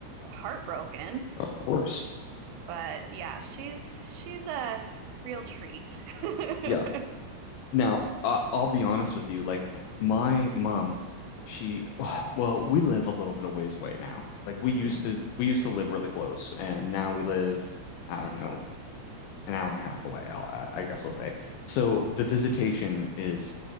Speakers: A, on the right; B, on the left.
A: heartbroken.
B: of course.
A: But yeah, she's she's a real treat. <laughs>
B: Yeah. now, I I'll be honest with you. Like, my mom, she, <sighs> well, we live a little bit of ways away now. Like, we used
A: Mhm.
B: to, we used to live really close, and now we live, I don't know, an hour and a half away, I'll, I guess I'll say. So the visitation is